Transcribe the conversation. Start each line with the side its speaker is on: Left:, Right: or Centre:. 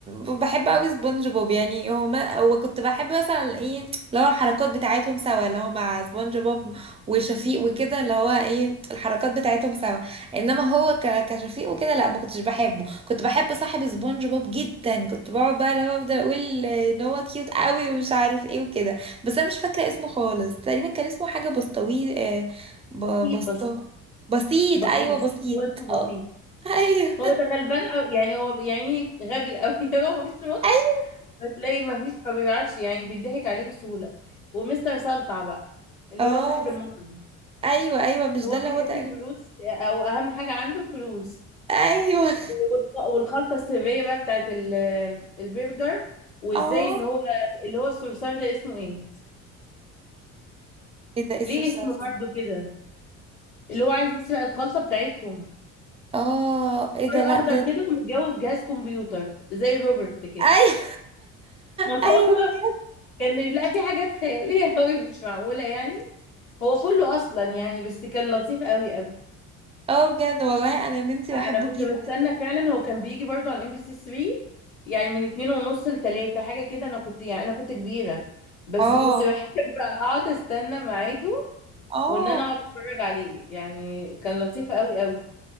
Right: بحب قوي سبونج بوب يعني هما وكنت بحب مثلا ايه اللي هو الحركات بتاعتهم سوا اللي هو مع سبونج بوب وشفيق وكده اللي هو ايه الحركات بتاعتهم سوا انما هو ك- كشفيق وكده لا ما كنتش بحبه كنت بحب صاحب سبونج بوب جدا كنت بقعد بقى اللي هو افضل اقول ان هو كيوت قوي ومش عارف ايه وكده بس انا مش فاكرة اسمه خالص تقريبا كان اسمه حاجة بسطوي آه، ب-
Left: بسيط
Right: بسطو
Left: بس
Right: بسيط
Left: بسيط
Right: ايوه بسيط
Left: هو اسمه
Right: آه.
Left: بسيط
Right: ايوه
Left: هو ده غلبان أو يعني هو يعني غبي قوي <laughs> هو مفيش مخ
Right: ايوه
Left: بتلاقي ما فيش ما بيعرفش يعني بيضحك عليه بسهولة ومستر سلطع بقى
Right: <laughs>
Left: اللي
Right: اه
Left: هو صاحب المطعم
Right: ايوه ايوه مش
Left: هو
Right: ده اللي
Left: بيحب
Right: هو تقريبا
Left: الفلوس او اهم حاجة عنده الفلوس
Right: ايوه
Left: والخ- والخلطة السرية بقى بتاعت ال- البرجر وازاي
Right: اه
Left: ان هو اللي هو الصرصار ده اسمه ايه
Right: ايه ده ايه الصرصار
Left: ليه اسم برضه
Right: ده
Left: كده اللي هو عايز يسرق الخلطة بتاعتهم
Right: اه ايه ده
Left: صار
Right: لا
Left: اخضر
Right: ده
Left: كده
Right: ده-
Left: ومتجوز جهاز كمبيوتر زي روبرت كده
Right: ايوه
Left: <laughs> والله
Right: <laughs> ايوه
Left: كان لا في حاجات خيالية قوي مش معقولة يعني هو كله اصلا يعني بس كان لطيف قوي قوي
Right: اه بجد والله انا يا بنتي
Left: لا
Right: بحبه
Left: انا كنت
Right: جدا
Left: بستنى فعلا هو كان بيجي برضو على ام بي سي 3 يعني من اتنين ونص لتلاتة حاجه كده انا كنت يعني انا كنت كبيره بس
Right: اه
Left: كنت بحب <laughs> اقعد استنى ميعاده
Right: اه
Left: وان انا اقعد اتفرج عليه يعني كان لطيف قوي قوي